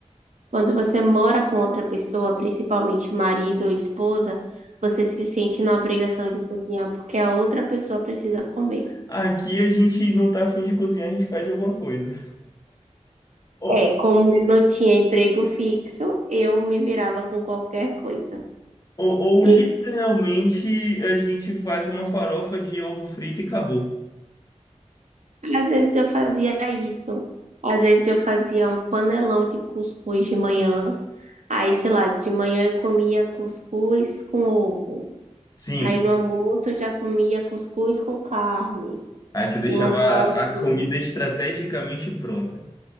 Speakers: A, on the right; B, on the left.
A: Quando você mora com outra pessoa, principalmente marido ou esposa, você se sente na obrigação de cozinhar porque a outra pessoa precisa comer.
B: Aqui a gente não tá afim de cozinhar, a gente pede alguma coisa. Ou,
A: É, como eu não tinha emprego fixo, eu me virava com qualquer coisa.
B: ou, ou
A: E
B: literalmente a gente faz uma farofa de ovo frito e acabou.
A: às vezes eu fazia isso. Às vezes eu fazia um panelão de cuscuz de manhã. Aí, sei lá, de manhã eu comia cuscuz com ovo.
B: Sim.
A: Aí no almoço eu já comia cuscuz com carne
B: Aí você deixava
A: e uma saladinha.
B: a a comida estrategicamente pronta.